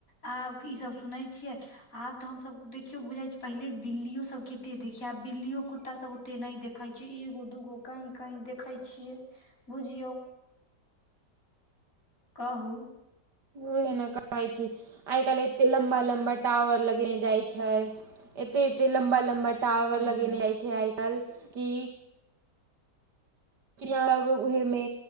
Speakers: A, on the left (about 50°); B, on the right (about 75°).
A: आब की ई सब सुनै छियै। आब तऽ हम सब देखियो बुझे छी पहले बिल्लियो सब केते देखिये, आब बिल्लियो, कुत्ता सब ओते नै दे खै छी, एगो-दूगो कहीं-कहीं देखै छियै बुझियौ। कहु।
B: ओह एना कहै छी। आय काएल एते लम्बा-लम्बा टावर लगने जाय छै, एते-एते लम्बा-लम्बा टावर
A: हूँ
B: लगेने जाय छै आय काएल कि चिड़ियां सब उहे मे